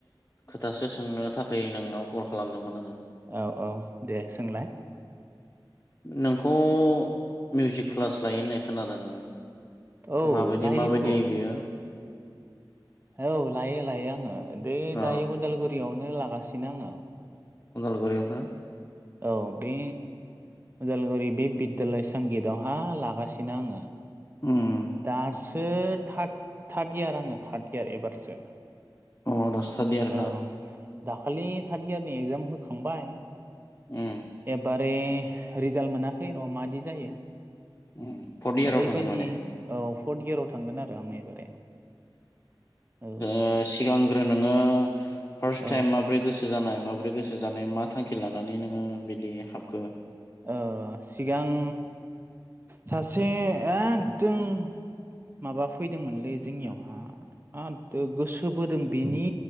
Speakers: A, on the left; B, on the right.
A: खोथासो सोंनो थाखाय नोंनाव कल खालामदोंमोन आङो
B: औ औ दे सोंलाय
A: नोंखौ मिउजिक क्लास लायो होननाय खोनादों
B: औ
A: माबायदि
B: लायोथ'
A: माबायदि बियो?
B: औ लायो लायो आङो बे
A: अ
B: दायो उदालगुरियावनो लागासिनो आंङो
A: उदालगुरियावनो
B: औ बे उदालगुरि बे बिद्दयालय संगितआवहा लागासिनो आंङो
A: अम
B: दासो थार्द इयार आङो थार्द इयार एबारसो
A: अ दा स्टार्ड इयार
B: औ
A: ना
B: दाखालि थार्द इयारनि एगजाम होखांबाय
A: अम
B: एबारे रिजाल्ट मोनाखै र' मादि जायो
A: अम फर्थ इयाराव
B: ओरैबायदि
A: थांगोन माने
B: औ फर्थ इयाराव थांगोन आरो आं एबारे औ
A: ओ सिगांग्रो नोंङो फारस
B: औ
A: टाइम माबोरै गोसो गोसो जानाय माबोरै गोसो जानाय मा थांखि लानानै नोङो बिदि हाबखो
B: ओ सिगां सासे एकदम माबा फैदोंमोनलै जोंनियावहा आ गोसो बोदों बेनि